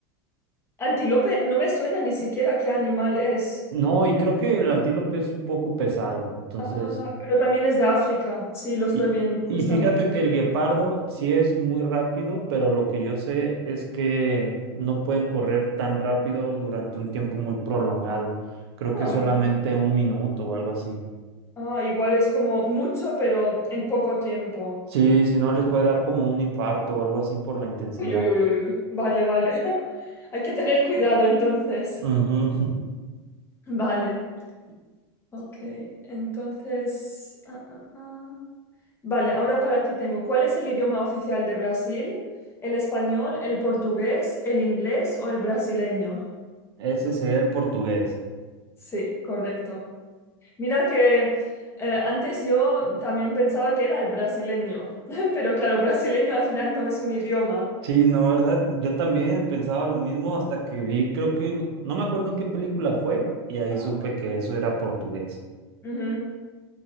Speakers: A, on the left; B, on the right.
A: Antílope no me suena ni siquiera qué animal es.
B: No, y creo que el antílope es un poco pesado. Entonces,
A: Ah, pero también es de África. Sí, lo estoy
B: y,
A: viendo justamente.
B: y fíjate que el guepardo sí es muy rápido, pero lo que yo sé es que no pueden correr tan rápido durante un tiempo muy prolongado. Creo
A: Ah, vale.
B: que solamente un minuto o algo así.
A: Ah, igual es como mucho, pero en poco tiempo.
B: Sí, si no les puede dar como un infarto o algo así por la intensidad.
A: Uy, uy, uy, uy, uy. Vale, vale. <laughs> Hay que tener cuidado entonces.
B: Ujú.
A: Vale. Ok, entonces... ah, ah, ah. Vale, ahora para ti tengo, ¿cuál es el idioma oficial de Brasil? ¿El español, el portugués, el inglés o el brasileño?
B: Ese sería el portugués.
A: Sí, correcto. Mira que eh, antes yo también pensaba que era el brasileño, <laughs> pero claro, brasileño al final no es un idioma.
B: Sí, no, ¿verdad? Yo también pensaba lo mismo hasta que vi, creo que, no me acuerdo qué película fue, y ahí
A: Ajá.
B: supe que eso era portugués.
A: Ujú.